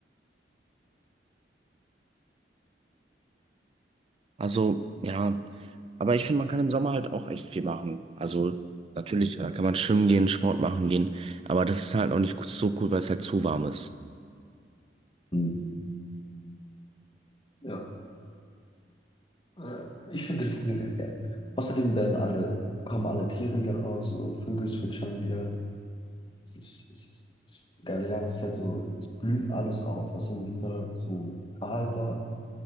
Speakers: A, on the right (about 30°); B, on the left (about 25°).
A: also, ja. Aber ich finde, man kann im Sommer halt auch echt viel machen. Also, natürlich, da kann man schwimmen gehen, Sport machen gehen. Aber das ist halt auch nicht so cool, weil es halt zu warm ist.
B: hm. Ja, Äh, Ich finde den Frühling halt geil. Außerdem werden alle, kommen alle Tiere wieder raus, so Vögel zwitschern wieder. Es ist, es ist, es ist eine geile Jahreszeit, so es blüht alles auf, was im Winter so kahl war.